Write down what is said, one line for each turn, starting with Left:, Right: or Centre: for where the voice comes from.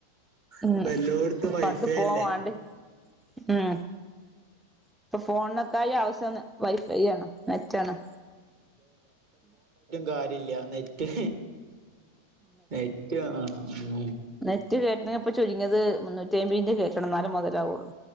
Centre: ഉം
Right: ഇപ്പൊ എല്ലോട്ത്തും വൈഫൈ
Centre: പണ്ട് ഫോൺ
Right: അല്ലേ?
Centre: വാണ്ടേ ഉം. ഇപ്പൊ ഫോണിനൊക്കായി ആവശ്യംന്ന് വൈഫൈ ആണ്, നെറ്റ് ആണ്.
Right: കാര്യ ഇല്ല നെറ്റ്, നെറ്റ് വാണം ഉം
Centre: നെറ്റ് കേറ്റണ ഇപ്പോ ചുരുങ്ങിയത് മുന്നൂറ്റി അയ്ബേന്റെ കേറ്റണം, എന്നാലേ മുതലാവുള്ളൂ.